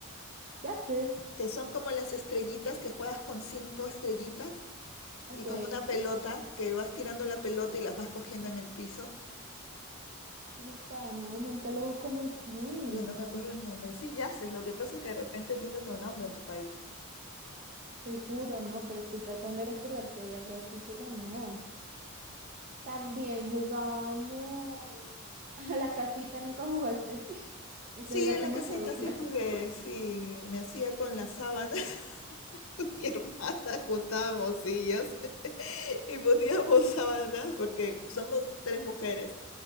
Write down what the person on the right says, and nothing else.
ya sé,
ok.
Upa, no, nunca lo conocí,
seguro, ¿no? Pero estoy tratando de recordar si hay algo así, pero no. También jugábamos <laughs> a la casita, nunca jugaste. <laughs> Ese
era
como
el juego clásico.